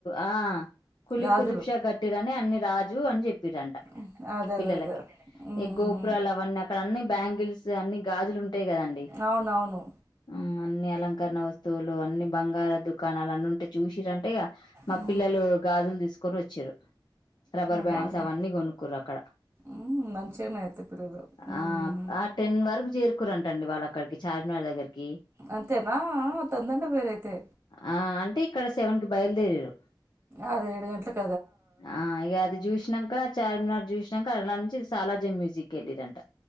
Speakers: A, on the left; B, on the right.
A: ఆ కులి
B: గాజులు
A: కుదుబ్షా కట్టిడని అన్ని రాజు అని చెప్పిరంట
B: ఉమ్, అదే
A: పిల్లలకి
B: అదే అదే ఉమ్
A: ఈ గోపురాలు అవన్నీ అక్కడ అన్ని బ్యాంగిల్స్ అన్ని గాజులు ఉంటాయి కదండి
B: అవునవును
A: ఊ అన్ని అలంకరణ వస్తువులు అన్ని బంగార దుకాణాలు అన్ని ఉంటే చూసిరంటిగ మా
B: ఉమ్
A: పిల్లలు గాజులు తీసుకొని వచ్చిరు రబ్బర్ బ్యాండ్స్
B: బానే
A: అవన్నీ కొనుకురు అక్కడ
B: ఉమ్ మంచిగానే అయితే పిల్లలు ఉమ్
A: ఆ ఆ టెన్ వరకు చేరుకురంటండి వాళ్ళ అక్కడికి చార్మినార్ అలగరికి
B: అంతేనా ఆ తొందర్నె పోయిరైతే
A: ఆ అంటే ఇక్కడ సెవెన్ కి బయలుదేరిరు
B: అదేడు గంటలకు
A: ఆ ఇక అది చూసినంక చార్మినార్ చూసినాక అలా నుంచి సాలజింగ్ మ్యూజిక్ వెళ్ళిరంట